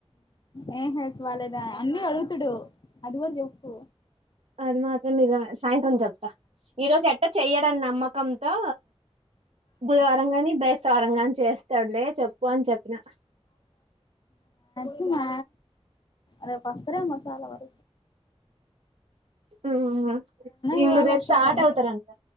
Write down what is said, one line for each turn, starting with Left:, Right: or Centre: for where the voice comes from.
Left: ఏ ఎ హెల్త్ బాలేదు ద అన్నీ అడుగుతుడు అది కూడా చెప్పు
Right: అది మాత్రం నిజం మే సాయంత్రం చెప్తా ఈ రోజు ఎట్ట చెయ్యడని నమ్మకంతో బుధవారం కాని బేస్తవరం గాని చేస్తాడులే చెప్పు అని చెప్పిన
Left: సున్నా రేపువస్తారేమో చాల వర
Right: ఊహూ వీళ్ళు
Left: ఇవాళ
Right: రేపు
Left: వస్తదని
Right: స్టార్ట్ అవుతారంట